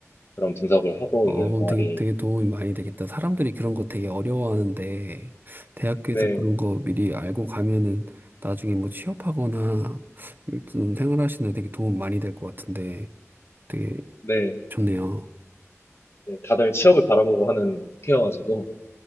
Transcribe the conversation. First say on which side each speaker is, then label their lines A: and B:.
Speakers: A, on the left (about 55°); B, on the right (about 40°).
A: 그런 분석을 하고
B: 어,
A: 있는
B: 그럼
A: 동아리입니다.
B: 되게, 되게 도움이 많이 되겠다. 사람들이 그런 거 되게 어려워하는데, 대학교에서
A: 네,
B: 그런 거 미리 알고 가면은 나중에 뭐 취업하거나 좀 생활하시는 데 되게 도움 많이 될 것 같은데, 되게
A: 네,
B: 좋네요.
A: 네, 다들 취업을 바라보고 하는 학회여가지고